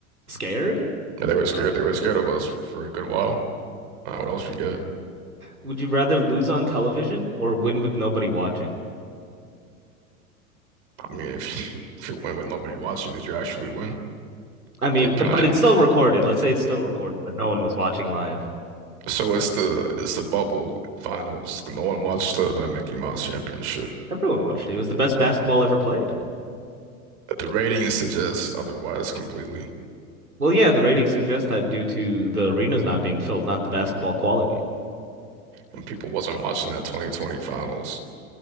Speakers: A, on the right; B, on the right.
A: Scared?
B: Yeah, they were scared.
A: I don't-
B: They were scared of us for, for a good while. Uh, what else we got?
A: Would you rather lose on television or win with nobody watching?
B: I mean, if you, <laughs> if you win with nobody watching, did you actually win?
A: I mean,
B: Can, can
A: but
B: I?
A: it's still recorded. Let's say it's still recorded, but no one was watching live.
B: So it's the it's the bubble finals. No one watched the, the Mickey Mouse Championship.
A: Everyone watched it. It was the best basketball ever played.
B: But the ratings suggest otherwise completely.
A: Well, yeah, the ratings suggest that due to the arenas not being filled, not the basketball quality.
B: And people wasn't watching that 2020 finals.